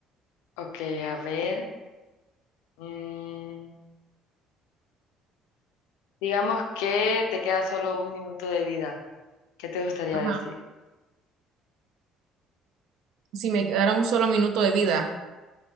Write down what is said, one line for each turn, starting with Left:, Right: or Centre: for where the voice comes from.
Left: Ok, a ver. Mm, digamos que te queda solo un minuto de vida. ¿Qué te gustaría
Right: Ajá.
Left: decir?
Right: Si me quedara un solo minuto de vida.